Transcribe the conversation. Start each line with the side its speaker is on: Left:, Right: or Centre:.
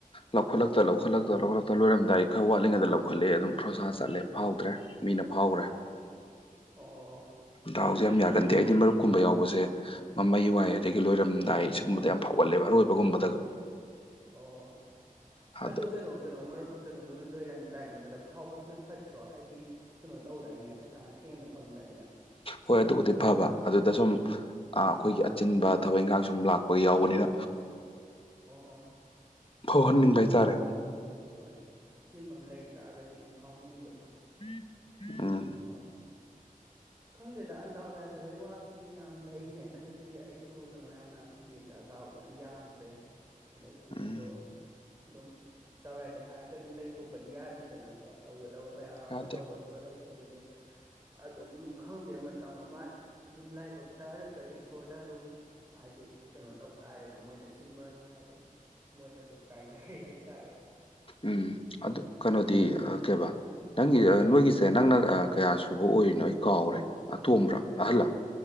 Left: ꯂꯧꯈꯠꯂꯛꯇ
Right: ꯑꯣ
Left: ꯂꯧꯈꯠꯂꯛꯇ ꯂꯧꯈꯠꯂꯛꯇ ꯂꯣꯏꯔꯝꯗꯥꯏ ꯈꯔ ꯋꯥꯠꯂꯤꯉꯩꯗ ꯂꯧꯈꯠꯂꯦ ꯑꯗꯨꯝ ꯐ꯭ꯔꯣꯁꯥ ꯆꯠꯂꯦ ꯐꯥꯎꯗ꯭ꯔꯦ ꯃꯤꯅ ꯐꯥꯎꯈ꯭ꯔꯦ
Right: ꯑꯣ
Left: ꯗꯥꯥꯎꯁꯦ ꯌꯥꯝ ꯌꯥꯒꯟꯗꯦ ꯑꯩꯗꯤ ꯃꯔꯨꯞ ꯀꯨꯝꯕ ꯌꯥꯎꯕꯁꯦ ꯃꯃꯩ ꯋꯥꯏ ꯑꯗꯒꯤ ꯂꯣꯏꯔꯝꯗꯥꯏ ꯁꯤꯒꯨꯝꯕꯗ ꯌꯥꯝ ꯐꯥꯎꯒꯠꯂꯦꯕ ꯑꯔꯣꯏꯕꯒꯨꯝꯕꯗꯒ
Right: ꯑꯣ
Left: ꯑꯗ
Right: ꯑꯗꯨ ꯀꯩꯅꯣ ꯀꯩꯅꯣ ꯃꯔꯨꯞ ꯀꯩꯅꯣꯒꯤꯅ ꯂꯣꯏꯔꯝꯗꯥꯏꯒꯨꯝꯕꯗ ꯐꯥꯎꯕꯁꯤꯅ ꯐꯠꯇ꯭ꯔꯣ ꯍꯥꯏꯗꯤ ꯀꯩꯅꯣ ꯇꯧꯗꯥꯏꯅꯦ ꯄꯩꯁꯥ ꯍꯦꯟꯅ ꯐꯪꯗꯥꯏꯅꯦ
Left: ꯍꯣꯏ ꯑꯗꯨꯕꯨꯗꯤ ꯐꯕ ꯑꯗꯨꯗ ꯁꯨꯝ ꯑꯩꯈꯣꯏꯒꯤ ꯆꯤꯟꯕ ꯊꯕꯛ ꯏꯪꯈꯥꯡ ꯁꯨꯝ ꯂꯥꯛꯄ ꯌꯥꯎꯕꯅꯤꯅ
Right: ꯑꯣ
Left: ꯐꯧꯎꯍꯟꯅꯤꯡꯕ ꯍꯥꯏꯇꯥꯔꯦ
Right: ꯍꯣꯏ ꯑꯆꯤꯟꯕ ꯑꯃ ꯂꯩ ꯇꯥꯔꯒꯗꯤ ꯑꯗꯨꯝ ꯐꯥꯎꯍꯟꯅꯤꯡꯕꯗꯣ
Left: ꯑ
Right: ꯍꯣꯏ ꯈꯪꯗꯦꯗ ꯑꯟꯗꯥꯎ ꯌꯥꯗꯕꯩ ꯋꯥꯁꯤꯗꯤ ꯌꯥꯝ ꯂꯩꯔꯦ ꯍꯟꯗꯛꯇꯤ ꯑꯩꯁꯨ ꯀꯩꯅꯣ ꯌꯥꯝꯅ ꯈꯪꯗꯦꯗ ꯗꯥꯎꯗꯤ ꯌꯥꯝ ꯌꯥꯗ꯭ꯔꯦ ꯍꯟꯗꯛꯇꯤ
Left: ꯎꯝ
Right: ꯑꯗꯣ ꯑꯗꯨꯝ ꯗꯥꯎ ꯌꯥꯗꯦ ꯍꯥꯏꯔꯒ ꯑꯗꯨꯝ ꯂꯩꯊꯣꯛꯄꯗꯤ ꯌꯥꯗꯦꯗꯅꯀꯣ ꯇꯧꯒꯗꯕ ꯃꯌꯥꯝ ꯑꯃ
Left: ꯌꯥꯗꯦ
Right: ꯇꯧꯒꯗꯕ ꯂꯩ ꯑꯗꯨꯅꯤ ꯑꯗꯨꯝ ꯈꯪꯗꯦ ꯃꯇꯝ ꯑꯃ ꯑꯗꯨꯝ ꯂꯥꯏꯕꯛꯇ ꯅꯠꯇ꯭ꯔꯒ ꯏꯁꯣꯔꯗ ꯑꯗꯨꯝ ꯍꯥꯏꯗꯤ ꯀꯩꯅꯣ ꯇꯧ ꯇꯥꯔꯦꯗ ꯃꯣꯏꯅ ꯁꯤꯟꯕꯅꯤꯅ ꯑꯗꯨꯝ ꯃꯣꯏꯗ ꯑꯗꯨꯝ ꯇꯥꯏꯅꯔꯦ ꯍꯥꯏꯇꯥꯔꯦꯅꯦ
Left: ꯎꯝ ꯑꯗꯨ ꯀꯩꯅꯣꯗꯤ ꯀꯩꯕꯥ ꯅꯪꯒꯤ ꯅꯣꯏꯒꯤꯁꯦ ꯅꯪꯅ ꯀꯌꯥ ꯁꯨꯕ ꯑꯣꯏꯔꯤꯅꯣ ꯑꯩ ꯀꯥꯎꯔꯦ ꯑꯇꯣꯝꯕ꯭ꯔꯥ ꯑꯍꯜꯂ